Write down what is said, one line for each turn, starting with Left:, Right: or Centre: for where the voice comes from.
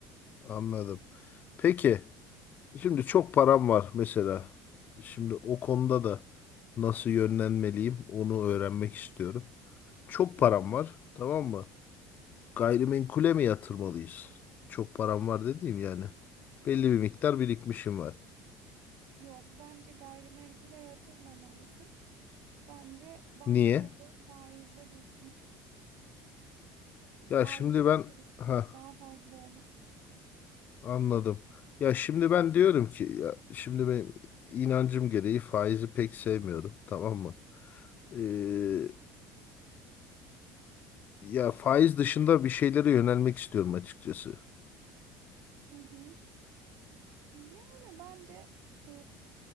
Left: Anladım. Peki şimdi çok param var mesela. Şimdi o konuda da nasıl yönlenmeliyim onu öğrenmek istiyorum. Çok
Right: Hı
Left: param
Right: hı.
Left: var tamam mı? Gayrimenkule mi yatırmalıyız? Çok param var dediğim yani. Belli bir miktar birikmişim var.
Right: Yok bence gayrimenkule yatırmamalısın. Bence bankaya
Left: Niye?
Right: koy faizde dursun.
Left: Ya
Right: Aylık
Left: şimdi
Right: getirisi
Left: ben ha
Right: çok daha fazla olur.
Left: anladım. Ya şimdi ben diyorum ki ya şimdi benim inancım gereği faizi pek sevmiyorum tamam mı? Ee, ya faiz dışında bir şeylere yönelmek istiyorum açıkçası.
Right: Hı hı. Yani bence e,